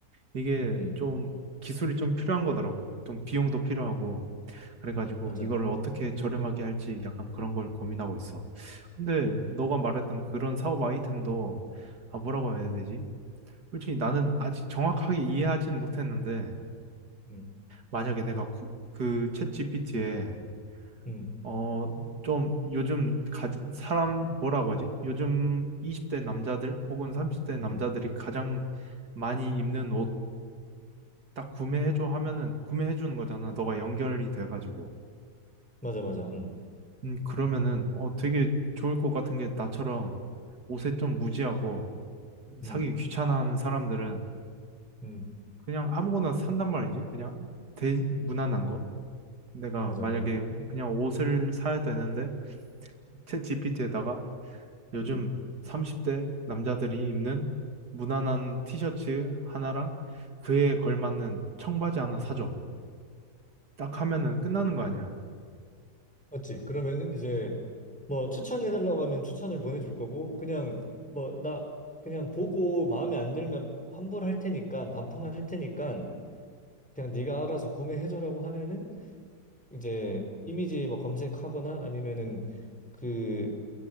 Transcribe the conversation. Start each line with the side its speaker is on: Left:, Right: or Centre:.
Right: 이게
Centre: 음
Right: 좀 기술이 좀 필요한 거더라고. 좀 비용도 필요하고. 그래가지고
Centre: 맞아
Right: 이걸 어떻게 저렴하게 할지 약간 그런 걸 고민하고 있어. 근데 너가 말했던 그런 사업 아이템도, 아, 뭐라고 해야 되지? 솔직히 나는 아직 정확하게 이해하진 못했는데,
Centre: 음
Right: 만약에 내가 코- 그 챗GPT에
Centre: 음
Right: 어, 좀 요즘 가, 사람 뭐라고 하지? 요즘 20대 남자들 혹은 30대 남자들이
Centre: 음
Right: 가장 많이 입는 옷 딱 구매해줘 하면은 구매해 주는 거잖아. 너가 연결이 돼가지고.
Centre: 맞아 맞아 음
Right: 음, 그러면은 어, 되게 좋을 것 같은 게 나처럼 옷에 좀 무지하고
Centre: 음
Right: 사기 귀찮아하는 사람들은
Centre: 음
Right: 그냥 아무거나 산단 말이지. 그냥 대, 무난한 거. 내가
Centre: 맞아
Right: 만약에 그냥 옷을 사야 되는데 챗 GPT에다가 요즘
Centre: 어음음
Right: 30대 남자들이 입는 무난한 티셔츠 하나랑 그에 걸맞는 청바지 하나 사줘. 딱 하면은 끝나는 거 아니야.
Centre: 맞지 그러면은 이제 뭐 추천해달라고 하면 추천을 보내줄 거고 그냥 뭐 나 그냥 보고 마음에 안 들면 환불할 테니까 반품할 테니까 그냥 네가 알아서 구매해줘라고 하면은 이제 이미지 뭐 검색하거나 아니면은 그